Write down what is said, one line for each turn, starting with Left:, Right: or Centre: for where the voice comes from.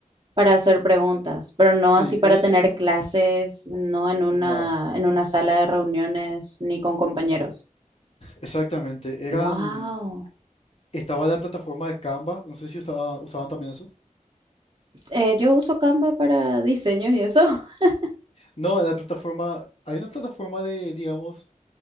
Right: para hacer preguntas, pero no
Left: Sí,
Right: así para
Left: eso.
Right: tener clases, no en una,
Left: No.
Right: en una sala de reuniones ni con compañeros.
Left: Exactamente. Eran.
Right: Wow.
Left: Estaba la plataforma de Canva. No sé si usaba- usaban también eso.
Right: Eh, yo uso Canva para diseños y eso. <laughs>
Left: No, la plataforma. Hay una plataforma de, digamos,